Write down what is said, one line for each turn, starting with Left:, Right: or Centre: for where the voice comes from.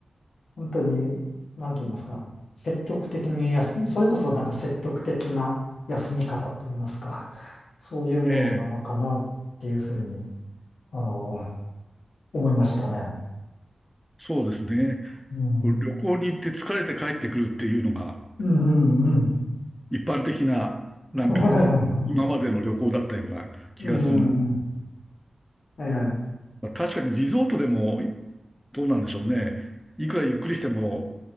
Left: 本当に、なんて言いますか、積極的に休、それこそなんか積極的な休み方と言いますか、そういうものなのかなっていうふうに、
Centre: ええ、
Left: あの、思いましたね。
Centre: そうですね。
Left: うん
Centre: 旅行に行って疲れて帰ってくるっていうのが
Left: うんうん。
Centre: 一般的な、なんか、
Left: <laughs>
Centre: 今までの旅行だったような気がする。
Left: うん。うんええ。
Centre: まあ、確かにリゾートでもどうなんでしょうね。いくらゆっくりしても、